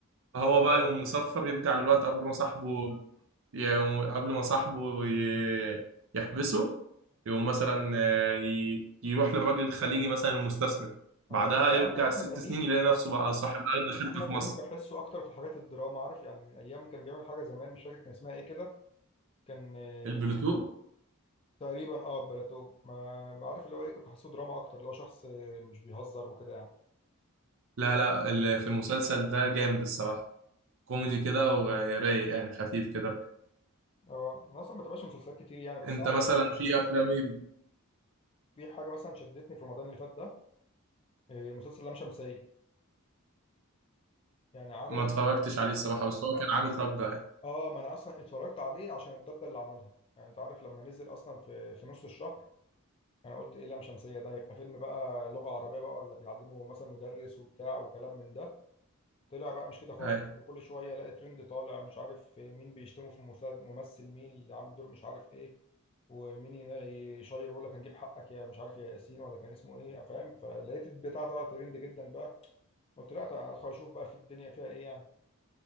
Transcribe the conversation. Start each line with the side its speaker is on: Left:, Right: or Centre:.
Right: هو
Left: جامد
Right: بقى
Left: ده
Right: يقوم
Left: والله
Right: مصفر يرجع للوقت قبل ما صاحبه يقوم- قبل ما صاحبه ي- يحبسه يقوم مثلا آه، ي- يروح للراجل الخليجي مثلا المستثمر بعدها
Left: اه بس انت
Right: يرجع
Left: عارف هو احمد
Right: الست
Left: امين
Right: سنين يلاقي نفسه بقى صاحب أغنى شركة
Left: احمد
Right: في مصر
Left: امين بحسه اكتر في حاجات الدراما عارف يعني من ايام كان بيعمل حاجه زمان مش فاكر كان اسمها ايه كده كان آه،
Right: البلوتو
Left: تقريبا اه بلاتو ما بعرف اللي هو ايه كنت حاسه دراما اكتر اللي هو شخص آه، مش بيهزر وكده يعني
Right: لا لا ال- في المسلسل ده جامد الصراحة كوميدي
Left: مم.
Right: كده ورايق يعني خفيف كده
Left: اه انا اصلا ما بتابعش مسلسلات كتير يعني بس
Right: انت
Left: عارف
Right: مثلا
Left: بقى
Right: في افلام ايه
Left: في حاجه مثلا شدتني في رمضان اللي فات ده آه، مسلسل لام شمسيه يعني عارف
Right: ما اتفرجتش عليه الصراحة بس هو كان عامل ضجة يعني
Left: اه آه، ما انا اصلا اتفرجت عليه عشان الضجه اللي عملها يعني انت عارف لما نزل اصلا في في نص الشهر انا قلت ايه لام شمسيه ده هيبقى فيلم بقى لغه عربيه بقى ولا بيعلمه مثلا مدرس وبتاع وكلام من ده طلع بقى مش كده خالص
Right: أي.
Left: وكل شويه الاقي ترند طالع مش عارف مين بيشتمه في المسلسل ممثل مين اللي عامل دور مش عارف ايه ومين هنا يشير يقول لك هنجيب حقك يا مش عارف يا ياسين ولا كان اسمه ايه فاهم فلقيت البتاع طلع ترند جدا بقى قلت لا ادخل اشوف بقى في الدنيا فيها ايه يعني